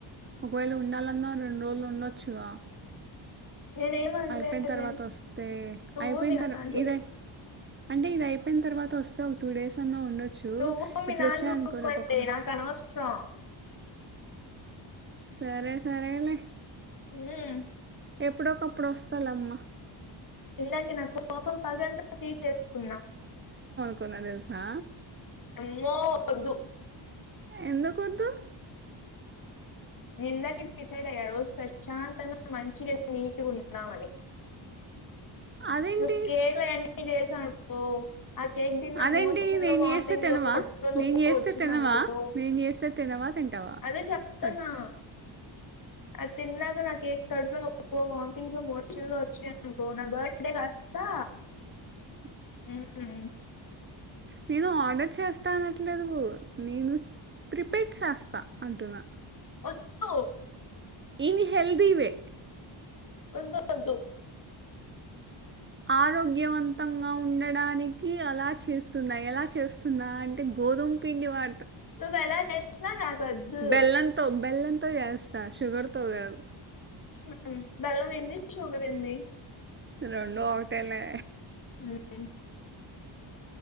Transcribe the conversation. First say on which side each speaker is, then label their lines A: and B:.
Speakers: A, on the right (about 25°); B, on the left (about 45°).
A: ఒకవేళ ఉండాలన్నా రెండు రోజులు ఉండొచ్చుగా
B: నేనేం అనలేదే
A: అయిపోయిన తర్వాత వస్తే
B: నువ్వు
A: అయిపోయిన
B: మీ
A: తర్వా
B: నాన్న
A: ఇదే అంటే ఇది అయిపోయిన తర్వాత వస్తే ఒక టూ డేస్ అన్నా ఉండొచ్చు
B: నువ్వు మీ
A: ఇప్పుడు
B: నాన్న
A: వచ్చాయనుకో
B: చూసుకోండి
A: రేపు ఒకరోజు
B: నాకు అనవసరం
A: సరే సరేలే
B: ఉమ్,
A: ఎప్పుడొకప్పుడు వస్తాలేమ్మ
B: ఇలాగే నా కోపం పగంతా తీర్చేసుకున్న
A: కున్న తెలుసా
B: అమ్మో వద్దు.
A: ఎందుకు వద్దు.
B: నేను ఇందాకే డిసైడ్ అయ్యా రోజు ప్రశాంతంగా మంచిగా నీటిగా ఉందామని.
A: అదేంటి
B: నువ్వు కేకులు అయన్ని చేసావనుకో ఆ కేక్ దిని నా
A: అదేంటి
B: మోషన్
A: నేను
B: లో వాంతింగ్
A: చేస్తే తినవా
B: లో కడుపులో నొప్పొ
A: నేను చేస్తే
B: వచ్చింది
A: తినవా
B: అనుకో
A: నేను చేస్తే తినవా తింటావా
B: అదే చెప్తున్నా
A: అది
B: అది తిన్నాకా నా కేక్ కడుపులో నొప్పో వాంతింగ్సో మోషన్ లో వచ్చినయి అనుకో నా బర్త్ డే కాస్తా
A: ఆ
B: ఉహ్ ఉ
A: నేను ఆర్డర్ చేస్తా అనట్లేదు. నేను ప్రిపేర్ చేస్తా అంటున్నా.
B: ఓ ద్దు
A: ఇవి హెల్ది వే
B: అంత <inaudible>
A: ఆరోగ్యవంతంగా ఉండడానికి అలా చేస్తున్నా ఎలా చేస్తున్నా అంటే గు గోదుమ్ పిండి వా
B: నువ్వు ఎలా చేసినా నాకు వద్దు.
A: బెల్లంతో బెల్లంతో చేస్తా షుగర్తో కాదు.
B: ఆహ్ బెల్లం ఏంది షుగర్ ఏంది
A: రొండు ఒకటేలే
B: హుహ్